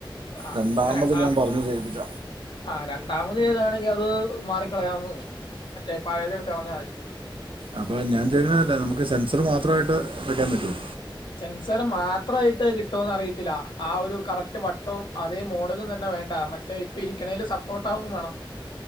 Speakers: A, on the left; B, on the right.
A: ആഹ്
B: രണ്ടാമത്
A: രണ്ടാം
B: ഞാൻ പറഞ്ഞു ചെയ്യിപ്പിച്ച
A: ആഹ് രണ്ടാമത് ചെയ്താണേ ഇനി അത് മാറിക്കളയാന്നെ ഒള്ളൂ മറ്റേ പഴയതെടുത്ത് കളഞ്ഞാൽ മതി
B: അത് ചെയ്യന അല്ല നമ്മുക്ക് സെസർ മാത്ര ആയിട്ട് വെക്കാൻ പറ്റുവൊ
A: സെൻസർ മാത്രയിട്ട് കിട്ടോ അറിയത്തില്ല ആ ഒരു കറക്റ്റ് വട്ടവുഅതേ മോഡലും തന്നെ വേണ്ട മറ്റേ ഇപ്പെ ഇരിക്കണേൽ സപ്പോർട്ട് ആവും വേണം.